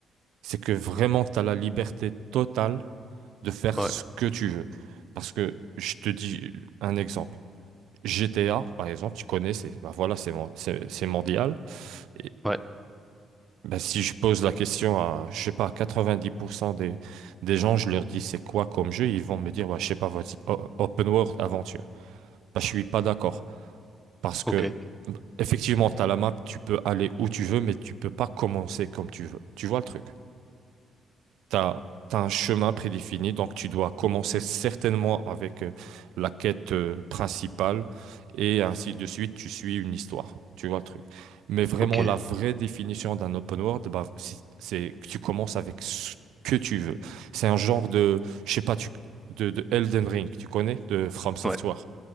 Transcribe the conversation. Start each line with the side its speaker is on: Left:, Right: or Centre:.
Right: c'est que vraiment, tu as la liberté totale de faire
Centre: ouais,
Right: ce que tu veux. Parce que je te dis un exemple. GTA, par exemple, tu connais, c'est bah voilà, c'est mon- c'est- c'est mondial. Et
Centre: ouais,
Right: bah, si je pose la question à, je sais pas, 90% des, des gens, je leur dis c'est quoi comme jeu, ils vont me dire, bah, je sais pas, vas-y, o- open world, aventure. Bah, je suis pas d'accord. Parce que,
Centre: ok,
Right: bah, effectivement, tu as la map, tu peux aller où tu veux, mais tu peux pas commencer comme tu veux. Tu vois le truc? T'as, t'as un chemin prédéfini, donc tu dois commencer certainement avec euh, la quête euh, principale et ainsi de suite, tu suis une histoire. Tu vois le truc. Mais vraiment,
Centre: ok,
Right: la vraie définition d'un open world, bah, c'est c'est que tu commences avec ce que tu veux. C'est un genre de, je sais pas, tu, de, de Elden Ring, tu connais, de From Software.
Centre: ouais,